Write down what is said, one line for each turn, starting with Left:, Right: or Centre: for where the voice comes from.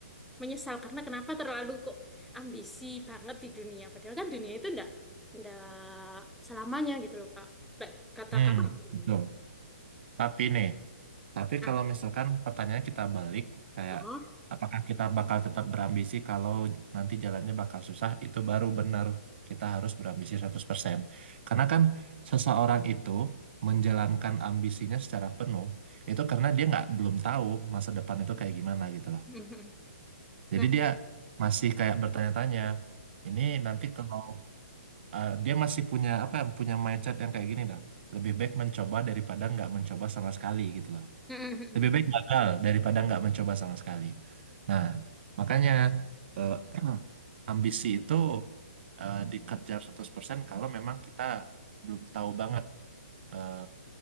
Centre: menyesal karena kenapa terlalu kok ambisi banget di dunia padahal kan dunia itu ndak ndak selamanya gitu loh Kak. Kayak Kata
Right: hmm
Centre: kakak gimana?
Right: betul tapi nih Tapi
Centre: Nah,
Right: kalau misalkan pertanyaannya kita balik, kayak
Centre: oh.
Right: apakah kita bakal tetap berambisi kalau nanti jalannya bakal susah, itu baru benar kita harus berambisi 100%. Karena kan seseorang itu menjalankan ambisinya secara penuh, itu karena dia nggak belum tahu masa depan itu kayak gimana gitu loh.
Centre: Mhm.
Right: Jadi
Centre: <laughs> Nah,
Right: dia masih kayak bertanya-tanya, ini nanti kalau eh, dia masih punya apa ya, punya mindset yang kayak gini dah, lebih baik mencoba daripada nggak mencoba sama sekali gitu loh.
Centre: Mm-mm, mm-mm.
Right: Lebih baik gagal daripada nggak mencoba sama sekali. Nah, makanya eh, <clears throat> ambisi itu eh, dikejar 100% kalau memang kita belum tahu banget eh,